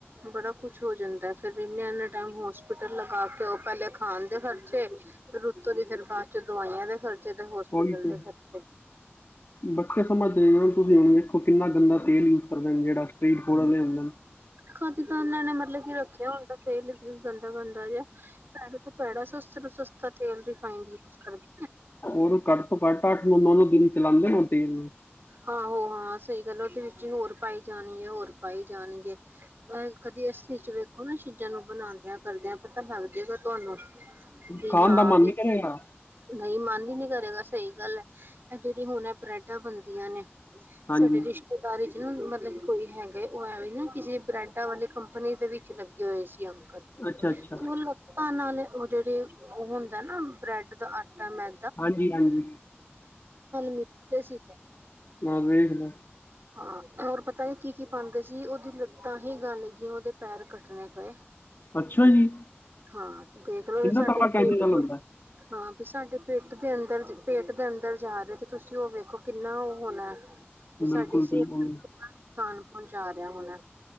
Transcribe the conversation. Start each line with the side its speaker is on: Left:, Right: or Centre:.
Right: ਬੜਾ ਕੁਛ ਹੋ ਜਾਂਦੈ ਫਿਰ ਇੰਨੇ, ਇੰਨੇ ਟਾਈਮ ਹੋਸਪਿਟਲ ਲਗਾ ਕੇ ਆਔ ਪਹਿਲੇ ਖਾਣ ਦੇ ਖਰਚੇ ਰੁੱਤੋਂ ਦੀ ਫਿਰ ਬਾਅਦ ਚ ਦਵਾਈਆਂ ਦੇ ਖਰਚੇ ਤੇ ਹੋਸਪਿਟਲ
Left: ਉਹੀ ਤੇ
Right: ਦੇ ਖਰਚੇ।
Left: ਬੱਚੇ ਸਮਝਦੇ <unintelligible> ਤੁਸੀ ੳਹ ਕਿੰਨਾ ਗੰਦਾ ਤੇਲ ਯੂਜ ਕਰਦੇ ਜਿਹੜਾ ਸਟਰੀਟ ਫੂਡ ਆਲੇ ਹੁੰਦੇਨ।
Right: ਕਦੱ ਦਾ ਇੰਨਾ ਨੇ ਮਤਲਬ ਕੀ ਰੱਖਿਆ ਹੋੲਗਾ ਤੇਲ। ਗੰਦਾ, ਗੰਦਾ ਜਿਆਂਂ ਭੈੜੇ ਤੋਂ ਭੈੜਾ ਸਸਤੇ ਤੋ ਸਸਤਾ ਤੇਲ ਰਿਫਾਈਂਡ ਯੂਜ ਕਰਦੇ ਨੇ।
Left: ਉਹਨੂੰ ਘੱਟ ਤੋਂ ਘੱਟ ਅੱਠ ਨੌ, ਨੌ ਦਿਨ ਚਲਾਂਦੇ ਨੇ ੳਹ ਤੇਲ ਨੂੰ।
Right: ਆਹੋ ਹਾਂ ਸਹੀ ਗੱਲ ਏ ਉਹਦੇ ਵਿੱਚ ਈ ਹੋਰ ਪਾਈ ਜਾਣਗੇ ਹੋਰ ਪਾਈ ਜਾਣਗੇਂ। ਕਦੀ ਅੱਸਲੀ ਚ ਵੇਖੋ ਨਾ ਚੀਜ਼ਾਂ ਨੂੰ ਬਣਾਦਿਆਂ ਕਰਦਿਆਂ ਪਤਾ ਲੱਗ ਜੇਗਾ ਤੁਹਾਨੂੰ। ਵੀ
Left: ਖਾਣ
Right: ਹਾਂ
Left: ਦਾ ਮਨ
Right: ਵੀ
Left: ਨਹੀਂ ਕਰੇਗਾ।
Right: ਨਹੀਂ ਮੰਨ ਹੀ ਨੀ ਕਰੇਗਾ ਸਹੀ ਗੱਲ ਐ ਇਹ ਜਿਹੜੀ ਹੁਣ ਬ੍ਰੈਡਾਂ ਬਣਦੀਆਂ ਨੇ
Left: ਹਾਂਜੀ
Right: ਛੋਟੇ ਰਿਸ਼ ਦਾਰੇ ਚ ਨਾ ਮਤਲਬ ਕਿ ਕੋਈ ਹੈਗਾ ਉਹ ਐਵੇ ਨਾ ਕਿਸੇ ਬ੍ਰੈਡਾਂ ਵਾਲੇ ਕੰਪਨੀ ਦੇ ਵਿੱਚ ਲੱਗੇ ਹੋਏ ਸੀ ਅੰਕਲ
Left: ਅੱਛਾ ਅੱਛਾ
Right: ਤੇ ਉਹ ਲੱਤਾਂ ਨਾਲ ਉਹ ਜਿਹੜੇ ਉਹ ਹੁੰਦਾ ਨਾ ਬ੍ਰੈਡ ਦਾ ਆਟਾ ਮੈ
Left: ਹਾਂਜੀ-ਹਾਂਜੀ
Right: ਮਿੱਧਦੇ ਸੀ ਤੇ
Left: ਬਸ ਵਖਲਾ
Right: ਹਾਂ ਹੋਰ ਪਤਾ ਨੀ ਕੀ-ਕੀ ਪਾਦੇ ਸੀ ਉਹਦੀ ਲੱਤਾਂ ਹੀ ਗਲ ਗੀਆਂ ਉਹਦੇ ਪੈਰ ਕੱਟਣੇ ਪਏ
Left: ਅੱਛਾ ਜੀ
Right: ਹਾਂ ਤੇ ਦੇਖਲੋ
Left: ਇੰਨਾ
Right: ਸਾਡੇ
Left: ਤਕੜਾ ਕੈਮੀਕਲ
Right: ਪੇਟ
Left: ਹੁੰਦਾ ਹੈ।
Right: ਹਾਂ ਵੀ ਸਾਡੇ ਪੇਟ ਦੇ ਅੰਦਰ ਪੇਟ ਦੇ ਅੰਦਰ ਜਾ ਰਹੇ ਤੇ ਤੁਸੀਂ ਉਹ ਵੇਖੋ ਕਿੰਨਾ ਉਹ ਹੋਣਾ ਵੀ
Left: ਬਿਲਕੁਲ
Right: ਸਾਡੀ ਸਿਹਤ
Left: ਬਿਲਕੁਲ
Right: ਨੂੰ ਕਿੰਨਾ ਨੁਕਸਾਨ ਪਹੁੰਚਾ ਰਿਹਾ ਹੋਣਾ